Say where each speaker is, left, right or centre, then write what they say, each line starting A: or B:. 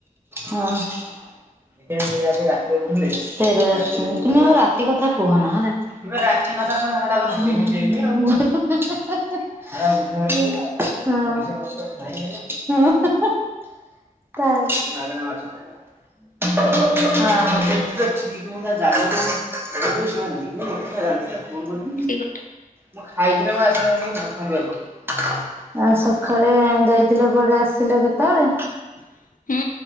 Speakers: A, on the right; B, on the left.
A: ହଁ <unintelligible> ସେ ତୁମେ ଆଉ ରାତି କଥା କୁହନା ହେଲା <unintelligible> <unintelligible> <unintelligible> ମାଗଣା ମାଛ ଖାଇଦବା। <unintelligible> <unintelligible>
B: ଏଇ ଗୋଟା
A: ମୁଁ ଖାଇଥିଲେ ମୁଁ ଆସିନଥାନ୍ତି, ମୁଁ ଧରିଥାନ୍ତି ଆଉ। ସଖାଳେ ଯାଇଥିଲ କୁଆଡ଼େ ଆସିଲ କେତେବେଳେ?
B: <inaudible> ହୁଁ